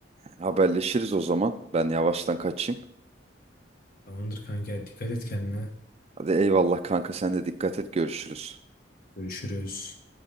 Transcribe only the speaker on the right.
haberleşiriz o zaman. Ben yavaştan kaçayım.
Hadi eyvallah kanka sen de dikkat et görüşürüz.